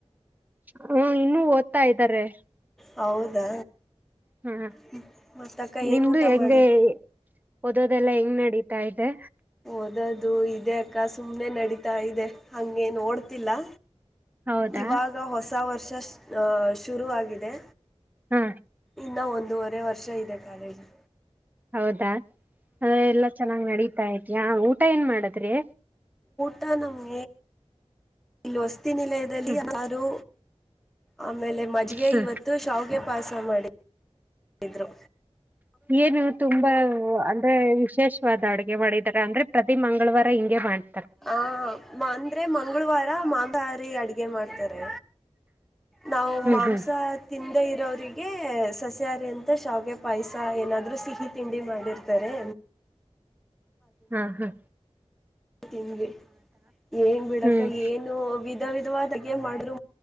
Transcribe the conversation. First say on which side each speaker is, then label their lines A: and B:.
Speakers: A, on the right (about 15°); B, in the centre.
A: ಹೂಉ ಇನ್ನು ಓದ್ತಾ ಇದ್ದಾರೆ.
B: ಹೌದಾ
A: ಹಾ
B: ಹ್ಮ್ ಮತ್ತ ಅಕ್ಕಾ
A: ನಿಮ್ದು
B: ಏನ ಊಟಾ
A: ಹೆಂಗೆ
B: ಮಾಡಿದ.
A: ಓದೋದೆಲ್ಲಾ ಹೆಂಗ್ ನಡೀತಾ ಇದೆ.
B: ಓದದು ಇದೆ ಅಕ್ಕಾ ಸುಮ್ನೆ ನಡೀತಾ ಇದೆ ಹಂಗೇ ಓಡ್ತಿಲ್ಲಾ.
A: ಹೌದಾ
B: ಇವಾಗ ಹೊಸಾ ವರ್ಷ. ಶ್ ಶ್ ಶುರುವಾಗಿದೆ
A: ಹಾ
B: ಇನ್ನ ಒಂದ್ ದುವರೆ ವರ್ಷ ಇದೆ ಕಾಲೇಜು.
A: ಹೌದಾ ಅಎಲ್ಲಾ ಚೆನ್ನಾಗ್ ನಡತ್ತ್ ಯವ್ ಊಟ ಏನ್ ಮಾಡದ್ರಿ.
B: ಟ್ ನಮ್ಮ್ ಲ್ಹೊ ತ್ತೆನಿಲ್ಲಿದ್ರಲ್ಲಿನ್ನಸಾರು
A: ಹ್ಮ
B: ಆಮೇಲೆ ಮಜ್ಗೆ
A: ಹಾ
B: ಇವತ್ತು ಶಾವ್ಗೆ ಪಾಯ್ಸ ಮಾಡಿ ಿದ್ರು.
A: ಏನಿವ್ ತುಂಬಾ ಅಂದ್ರೆ ಇ ವಿಶೇಷ್ವಾದ ಅಡುಗೆ ಮಾಡಿದ್ದರ್ ಅಂದ್ರೆ ಪ್ರತಿ ಮಂಗಳವಾರ ಹಿಂಗೆ ಮಾಡ್
B: ಹ್ಮ್ ಅಂದ್ರೆ ಮಂಗಳವಾರ ರ ಮಾಂದಹಾರಿ ಅಡ್ಗೆ ಮಾಡ್ತಾರೆ. ನಾವು
A: ಹ್ಮ್
B: ಮಾಂಸ
A: ಹ್ಮ್
B: ತಿನ್ ತ್ಂದೆರೋರಿಗೆ ಸಸ್ಯಹಾರಿ ಅಂತ ಶಾವ್ಗೆ ಪಾಯ್ಸ ಏನಾದ್ರೂ ಸಿಹಿ ತಿಂಡಿ ಮಾಡಿರ್ತಾರೆ.
A: ಹ್ಮ್ಂ ಹ್ಮ್
B: ತಿವ್ನಿ ಏನ್ ಬಿಡಕ್ಕ
A: ಹ್ಮ್
B: ಏನು ವಿಧ ವಿ ದ್ವಾದ್ ಅಡ್ಗೆ ಮಾಡ್ರ್